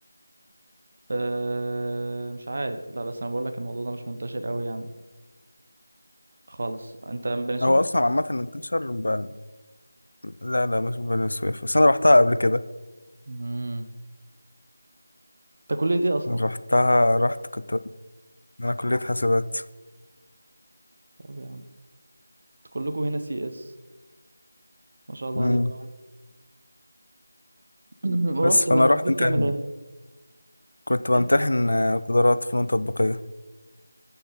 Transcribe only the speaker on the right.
أه مش عارف لا بس انا بقول لك الموضوع ده مش منتشر قوي يعني خالص انت من بني سويف
ولا-
امم انت كلية ايه اصلا
طب يا عم انت كلكوا هنا سي اس ما شاء الله
عليكم <clears throat>
رحت
بني
سويف
تعمل
ايه
إيه؟ انت